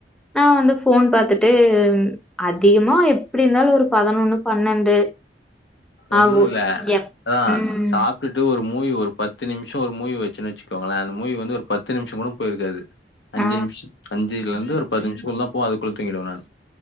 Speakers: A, in the centre; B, on the left.
A: நா வந்து ஃபோன் பாத்துட்டு ம் அதிகமா எப்டி இருந்தாலு ஒரு பதினொன்னு பன்னெண்டு
B: ஒன்னுல்ல
A: ஆகு எப்
B: அதா
A: ம்
B: சாப்ட்டுட்டு ஒரு மூவி ஒரு பத்து நிமிஷொ ஒரு மூவி வச்சன்னு வச்சுக்கோங்களே அந்த மூவி வந்து ஒரு பத்து நிமிஷொ கூட பொயிருக்காது அஞ்சு
A: ஆ
B: நிமிஷ் அஞ்சுலந்து ஒரு பத்து நிம்ஷத்துக்குள்ளதா போவோ அதுக்குள்ள தூங்கிடுவே நான்